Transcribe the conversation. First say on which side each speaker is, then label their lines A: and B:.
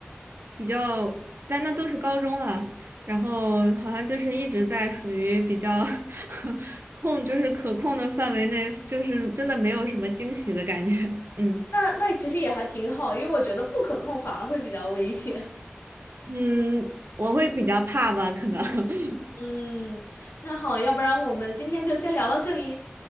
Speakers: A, on the right; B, on the left.
A: 比较，但那都是高中了，然后好像就是一直在属于比较 <laughs> 控，就是可控的范围内，就是真的没有什么惊喜的感觉。嗯
B: 那那其实也还挺好，因为我觉得不可控反而会比较危险。
A: 嗯，我会比较怕吧，可能。<laughs>
B: <laughs> 嗯，那好，要不然我们今天就先聊到这里。